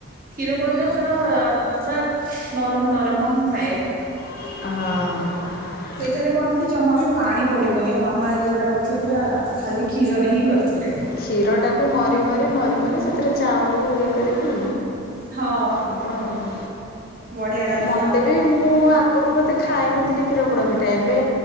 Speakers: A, on the right; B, on the left.
A: କ୍ଷୀର ପୋଡ଼ ପିଠା ପୁରା ପୁରା ନରମ ନରମ ହିଁ ଥାଏ।
B: ଅଁ
A: ସେଇଟାରେ କଣ କି ଜମା ବି ପାଣି ପଡ଼ିବନି ମୋ ମାମା ଆଜି ଯେଉଁଟା କରିଥିଲେ ପୁରା ଖାଲି କ୍ଷୀରରେ ହିଁ କରିଥିଲେ।
B: କ୍ଷୀର ଟାକୁ ମରି ମରି ମରି ମରି ସେଥିରେ ଚାଉଳକୁ ଇଏ କରିକି
A: ହଁ
B: ହବ ଆଉ
A: ବଢ଼ିଆ ଲାଗୁଥିଲା
B: ମତେ ଏବେ ମୁଁ ଆଗରୁ ବୋଧେ ଖାଇନଥିଲି କ୍ଷୀର ପୋଡ଼ ପିଠା ଏବେ